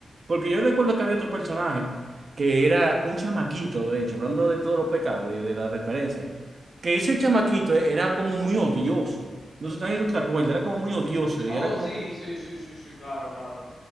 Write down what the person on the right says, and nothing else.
Porque yo recuerdo que había otro personaje que era un chamaquito, de hecho, hablando de todos los pecados, de, de la referencia, que ese chamaquito era como muy odioso. No sé si tú te acuerdas, era como muy odioso
y era como,
que-